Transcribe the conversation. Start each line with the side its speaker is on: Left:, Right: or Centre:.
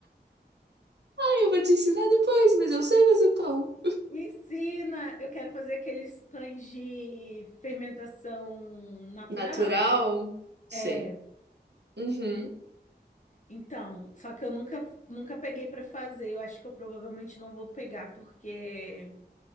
Right: Ah, eu vou te ensinar depois, mas eu sei fazer pão.
Left: Me ensina! Eu quero fazer aqueles pães de fermentação natural.
Right: Natural? Sei.
Left: É,
Right: Uhum.
Left: então, só que eu nunca, nunca peguei para fazer. Eu acho que eu provavelmente não vou pegar porque